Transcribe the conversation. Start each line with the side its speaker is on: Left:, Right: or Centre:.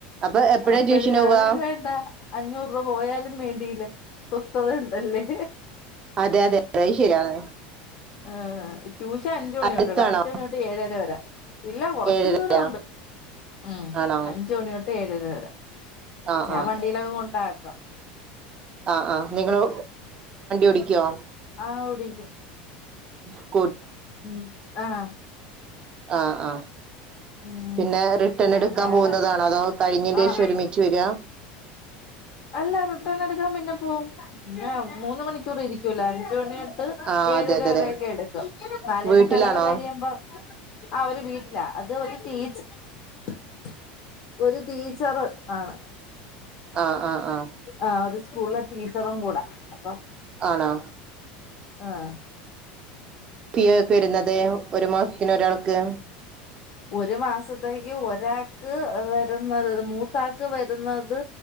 Right: അപ്പൊ എപ്പഴാ
Left: അപ്പഴ
Right: ട്യൂഷന്
Left: ഞാൻ
Right: പോവാ
Left: വേണ്ട അഞ്ഞൂറ് രൂപ പോയ- ന്നാലുംവേണ്ടയില്ല സ്വസ്ഥത ഉണ്ടല്ലേ
Right: അതെ അതെ അതഐ ശരിയയാാണ്
Left: ഏ ട്യൂഷൻ അഞ്ച് മണി
Right: അടുത്താണോ
Left: തൊട്ടാടാ അഞ്ച് മണി തൊട്ട് ഏഴര വരെ! ഇല്ല കൊറച്ചു
Right: ഏഴര
Left: ദൂരമുണ്ട്. ഉം.
Right: ആണോ
Left: അഞ്ച മണി തൊട്ട്ഏഴര വരെ!
Right: ആഹ്
Left: ഞാൻ വണ്ടിയിലങ്ങ് കൊണ്ടാക്കും.
Right: ആ ആ നിങ്ങള് ഓടിക്കുവോ?
Left: ആഹ് ഓടിക്കും!
Right: ഫു
Left: ഉം ആഹ്!
Right: ആ ആഹ്!
Left: ഉം
Right: പിന്നെ റിട്ടേൺ എടുക്കാൻ
Left: അങ്ങനെ
Right: പോകുന്നതാണോ? അതോ കഴിഞെൻ്റെ
Left: ആഹ്
Right: ശേഷം ഒരുമിച്ച് വരിക?
Left: അല്ല റിട്ടേൺ എടുക്കാൻ പിന്നെ പോവും. പിന്നെ മൂന്നു മണിക്കൂർ ഇരിക്കൂല്ലോ. അഞ്ച് മണി തൊട്ട്!
Right: ആഹ്
Left: ഏഴര
Right: അതെ അതെ
Left: വരൊക്കെ
Right: അതെ
Left: എടുക്കും. നാലേ
Right: വീട്ടിലാണോ
Left: മുക്കാലൊക്കെ കഴിയുമ്പോ ആ ഒരു വീട്ടിലാ! ഇത് ഒരു ടീച്ച്ഒരു ടീച്ചർ ആണ്.
Right: ആഹ ആഹ ആഹ്!
Left: ആ ഒരു സ്കൂളിലെ ടീച്ചറും കൂടെ അപ്പൊ?
Right: ആണോ?
Left: ആഹ്!
Right: ഫിയ ഒക്കെ വരുന്നത് ഒരു മാസത്തിന് ഒരാൾക്ക്!
Left: ഒരു മാസത്തേക്ക് ഒരാക്ക് വരുന്നത് മൂത്താക്ക് വരുന്നത്!